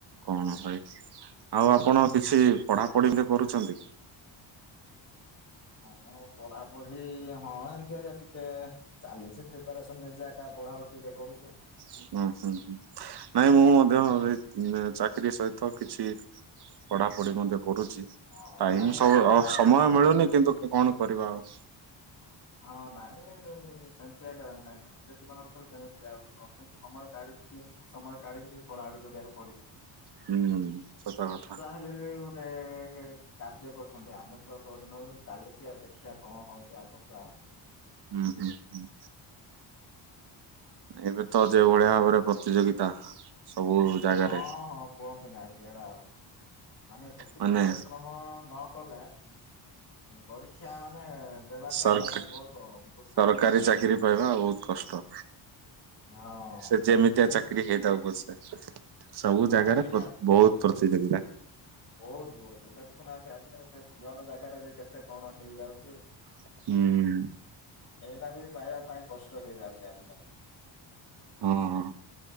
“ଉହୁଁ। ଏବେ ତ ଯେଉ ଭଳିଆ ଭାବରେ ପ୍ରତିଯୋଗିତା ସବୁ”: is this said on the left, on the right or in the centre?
Right